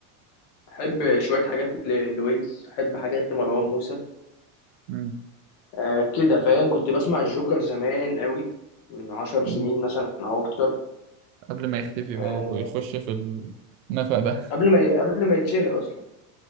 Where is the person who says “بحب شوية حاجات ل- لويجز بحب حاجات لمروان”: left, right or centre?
Left